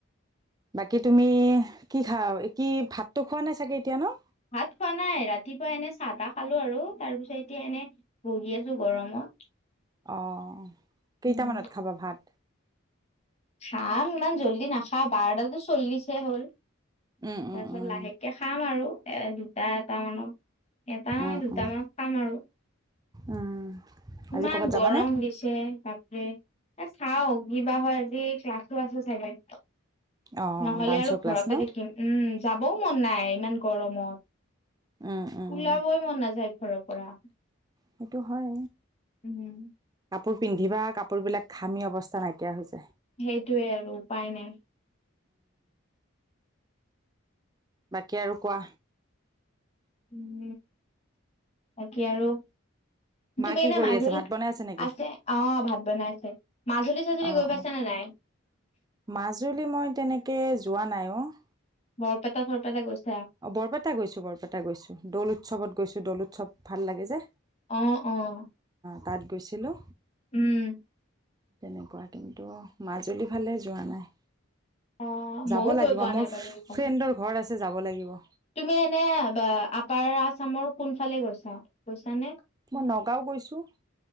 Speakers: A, on the right; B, on the left.
A: বাকী তুমি কি খাও, কি ভাতটো খোৱা নাই চাগে এতিয়া ন'।
B: ভাত খোৱা নাই ৰাতিপুৱা এনে চাহ তাহ খালো আৰু তাৰ পিছত এতিয়া এনে বহি আছো গৰমত।
A: অ' কেইটামানত
B: উম
A: খাবা ভাত।
B: খাম ইমান জল্দি নাখাওঁ বাৰটা চল্লিছে হ'ল। তাৰপিছত
A: উম উম উম
B: লাহেকে খাম আৰু এ দুটা এটা মানত এটা
A: উম
B: দুটা
A: উম
B: মানত খাম আৰু।
A: উম'।
B: ইমান
A: আজি ক'ৰবাত
B: গৰম
A: যাবানে
B: দিছে তাক এ চাও কিবা হয় আজি ক্লাছো আছো চাগে।
A: অ
B: নহ'লে
A: ডান্সৰ
B: আৰু ঘৰতে
A: ক্লাছ ন
B: থাকিম উম যাবও মন নাই ইমান গৰমত।
A: উম উম
B: উলাবই মন নাযায় ঘৰৰ পৰা
A: সেইটো হয়
B: উম
A: কাপোৰ। পিন্ধিবা কাপোৰবিলাক ঘামি অৱস্থা নাইকিয়া হৈ যায়।
B: সেইটোৱে আৰু উপায় নাই।
A: বাকী আৰু কোৱা।
B: উম বাকী আৰু
A: মা
B: তুমি
A: কি
B: এনে
A: কৰি
B: মাজুলী
A: আছে ভাত বনাই নেকি?
B: আছে অ' ভাত বনাই আছে মাজুলী <unintelligible>
A: অ',
B: গৈ পাইছা
A: অ',
B: নে নাই।
A: মাজুলী মই তেনেকে যোৱা নাই অ'।
B: বৰপেটা চৰপেটা গৈছা
A: অ' বৰপেটা গৈছো বৰপেটা গৈছো। দৌল উৎসৱত গৈছো। দৌল উৎসৱ ভাল লাগে যে।
B: অ', -অ'।
A: তাত গৈছিলো।
B: উম।
A: তেনেকুৱা কিন্তু মাজুলীৰ ফালে যোৱা নাই।
B: অ ময়ো
A: যাব
B: গৈ
A: লাগিব
B: পোৱা
A: মোৰ,
B: নাই বাৰু এইফালে
A: ফ্ৰেণ্ডৰ ঘৰ আছে যাব লাগিব।
B: তুমি এনে বে আপাৰ আছামৰ কোন ফালে গৈছা। গৈছানে
A: মই নগাঁও গৈছো।